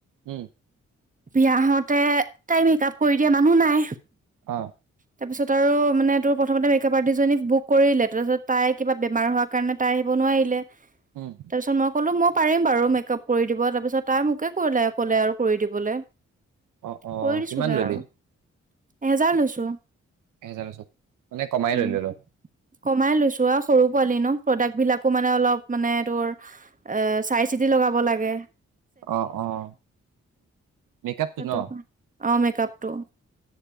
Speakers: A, on the right; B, on the right.
A: উম।
B: বিয়া হওতে তাই মেক আপ কৰি দিয়ে মানুহ নাই,
A: অ।
B: তাৰপিছত আৰু মানে তোৰ প্ৰথমতে মেকআপ আৰ্টিজনী বুক কৰিলে তাৰপিছত তাই কিবা বেমাৰ হোৱাৰ কাৰণে তাই আহিব নোৱাৰিলে। তাৰ
A: উম
B: পিছত মই ক'লো মই পাৰিম বাৰু মেকআপ কৰি দিব । তাৰপিছত তাই মোকে কৰিল এ কলে আৰু কৰি দিবলে।
A: অ অ
B: কৰি দিছোগে
A: কিমান ললি?
B: আৰু এহেজাৰ লৈছো
A: এহেজাৰৰ লৈছ, মানে কমাই
B: উম
A: ললি অলপ ।
B: কমাই লৈছো আ সৰু পোৱালি নো প্ৰডাক্ট বিলাকো মানে অলপ মানে তোৰ এ চাই চিতি লগাব লাগে ।
A: অঁ অঁ মেকআপটো
B: সেইটো
A: ন?
B: কাৰণে। অ মেকআপ টো ।